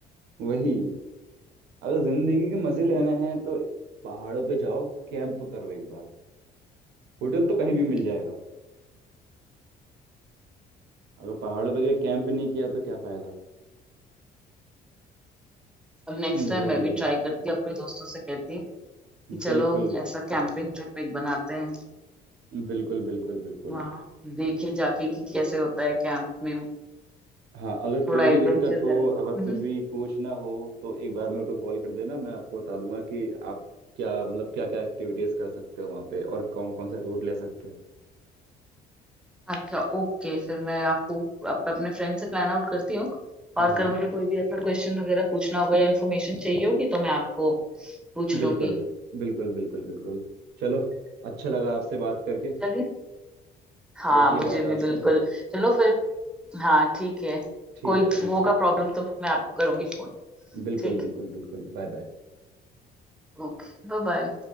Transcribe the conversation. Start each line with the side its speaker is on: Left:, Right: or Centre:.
Right: वही अगर जिंदगी के मजे लेने हैं तो पहाड़ों पे जाओ कैंप करो एक बार होटल तो कहीं
Centre: हम्म,
Right: भी मिल जाएगा अगर पहाड़ों पे गए कैंप नहीं किया तो क्या फायदा
Centre: अब नेक्स्ट
Right: हम्म,
Centre: टाइम
Right: वही
Centre: मैं भी
Right: है
Centre: ट्राई करती हूँ अपने दोस्तों से कहती हूँ कि चलो
Right: बिल्कुल
Centre: ऐसा कैंपिंग ट्रिप एक बनाते हैं
Right: बिल्कुल बिल्कुल बिल्कुल
Centre: वहाँ देखें जाके कि कैसे होता है कैंप में
Right: हाँ अगर
Centre: थोड़ा
Right: कोई
Centre: एडवेंचर
Right: भी दिक्कत हो
Centre: करें
Right: अगर कुछ भी पूछना हो तो एक बार मेरे को कॉल कर देना मैं आपको बता दूंगा कि आप क्या मतलब क्या क्या एक्टिविटीज कर सकते हो वहाँ पे और कौन कौन सा रूट ले सकते हो
Centre: अच्छा ओके फिर मैं आपको अप, अपने फ्रेंड से प्लान आउट करती हूँ और
Right: हाँ
Centre: अगर
Right: हाँ
Centre: मुझे कोई भी ऐसा क्वेश्चन वगैरह पूछना होगा या इन्फॉर्मेशन चाहिए होगी तो मैं आपको पूछ लूंगी
Right: बिल्कुल बिल्कुल बिल्कुल बिल्कुल चलो अच्छा लगा आपसे बात करके
Centre: चलिए हाँ
Right: होती
Centre: मुझे
Right: है बात
Centre: भी
Right: आपसे
Centre: बिल्कुल चलो फिर हाँ ठीक है
Right: ठीक
Centre: कोई
Right: है ठीक
Centre: होगा
Right: है
Centre: प्रॉब्लम तो मैं आपको करूंगी फोन
Right: बिल्कुल
Centre: ठीक
Right: बिल्कुल
Centre: है
Right: बिल्कुल बाय बाय
Centre: Okay bye bye